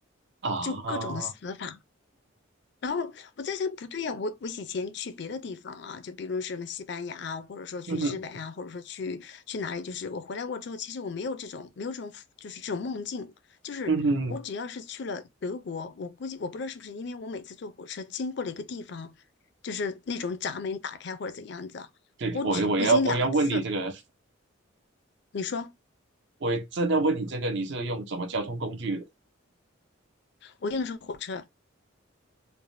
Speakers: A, on the right (about 55°); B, on the left (about 55°).
A: 啊，
B: 就各种的死法。然后我在想，不对呀、我我以前去别的地方啊，就比如什么西班牙啊，或者说去日本啊，
A: 嗯哼
B: 或者说去去哪里，就是我回来过之后，其实我没有这种没有这种就是这种梦境，就是我只要是去了德国，
A: 嗯哼，
B: 我估计我不知道是不是因为我每次坐火车经过了一个地方，就是那种闸门打开或者怎样子啊，
A: 对，
B: 我只我已经两次，
A: 我我要我要问你这个。
B: 你说
A: 我也正在问你这个，你是用什么交通工具的？
B: 我用的是火车，